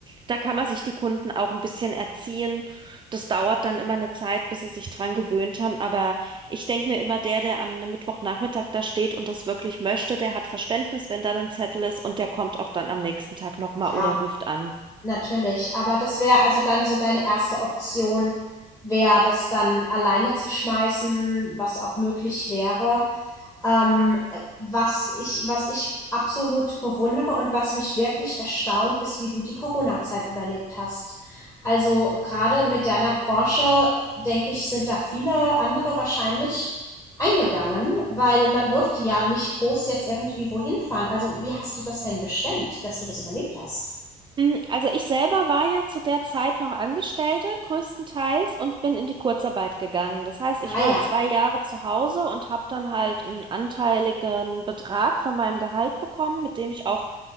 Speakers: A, on the right (about 30°); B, on the left (about 20°).
A: da kann man sich die Kunden auch ein bisschen erziehen. Das dauert dann immer eine Zeit, bis sie sich dran gewöhnt haben, aber ich denke mir immer, der, der am Mittwochnachmittag da steht und das wirklich möchte, der hat Verständnis, wenn dann ein Zettel ist und der kommt auch dann am nächsten Tag nochmal
B: ja.
A: oder ruft an.
B: Natürlich, aber das wäre also dann so deine erste Option, wäre das dann alleine zu schmeißen, was auch möglich wäre. Ähm, äh, was ich, was ich absolut bewundere und was mich wirklich erstaunt, ist, wie du die Corona-Zeit überlebt hast. Also gerade mit deiner Branche, denke ich, sind da viele andere wahrscheinlich eingegangen, weil man durfte ja nicht groß jetzt irgendwie wohin fahren. Also wie hast du das denn gestemmt, dass du das überlebt hast?
A: Hm, Also ich selber war ja zu der Zeit noch Angestellte, größtenteils, und bin in die Kurzarbeit gegangen. Das heißt,
B: Ah
A: ich war
B: ja.
A: zwei Jahre zu Hause und habe dann halt einen anteiligen Betrag von meinem Gehalt bekommen, mit dem ich auch